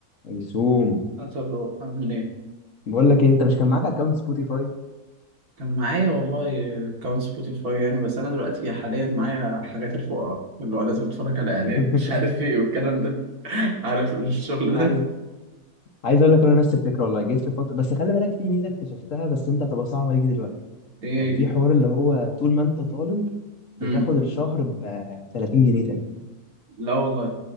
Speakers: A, on the left; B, on the right.
A: هيسوم
B: هات الروق عامل ايه؟
A: بقول لك إيه، انت مش كان معاك اكونت سبوتيفاي
B: كان معايا والله اكونت سبوتيفاي يعني بس انا دلوقتي حاليا معايا حاجات الفقراء اللي هو لازم اتفرج على اعلان
A: <laughs>
B: مش عارف ايه والكلام ده <laughs> عارف الشغل
A: انا
B: ده؟
A: عايز عايز اقول لك انا نفس الفكره والله جيت في فتره بس خلي بالك في ميزه اكتشفتها بس انت هتبقى صعبه ليك دلوقتي
B: ايه
A: كان في
B: هي؟
A: حوار اللي هو طول ما انت طالب بتاخد
B: امم
A: الشهر ب 30 جنيه تقريبا
B: لا والله